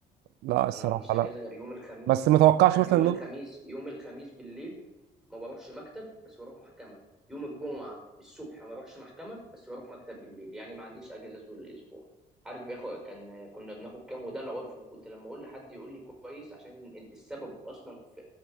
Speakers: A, on the right; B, in the centre.
A: لا الصراحه
B: انا ما عنديش اجازه
A: لا
B: غير يوم الخميس
A: بس ما توقعش
B: عندي
A: مثلا
B: يوم
A: انه
B: الخميس يوم الخميس بالليل ما بروحش مكتب بس بروح محكمه يوم الجمعه الصبح ما بروحش محكمه بس بروح مكتب بالليل يعني ما عنديش اجازه طول الاسبوع عارف بياخد كان كنا بناخد كام وده العرف وكنت لما اقول لحد يقول لي كويس عشان السبب اصلا في